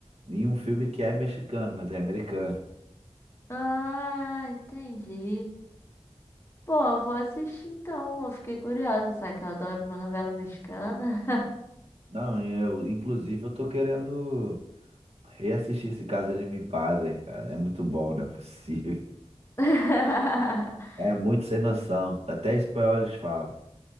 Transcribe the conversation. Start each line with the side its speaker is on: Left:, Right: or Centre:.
Right: em um filme que é mexicano, mas é americano.
Left: Ah, entendi. Pô, vou assistir então. Eu fiquei curiosa, sabe que eu adoro uma novela mexicana.
Right: Não, e eu, inclusive, eu tô querendo reassistir esse Casa de Mi Padre, cara. É muito bom, não é possível.
Left: <laughs>
Right: É muito sem noção. Até espanhol eles falam.